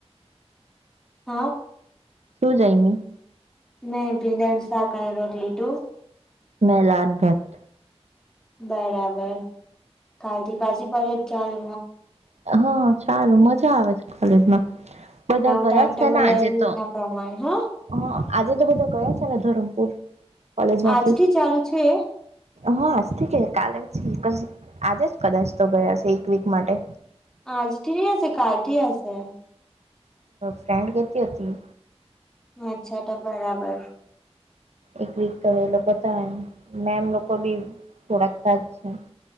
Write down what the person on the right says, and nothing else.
સુ જયમી?
મે લાદભાત.
હ છારુ મજા આવે છે કોલેજમાં. બધા ગયા
છે ને આજે
તો.
હ, આજે તો બધા ગયા છે ને ધરમપુર કોલેજ માંથી.
હ આસથી કે કાલે છે ક આજે જ કદાચ તો ગયાસે એક વીક માટે.
ફ્રેન્ડ કેતી હુતી
એક વીક તો એ લોકો તા એમ. મેમ લોકો બી થોડાક તાજ છે.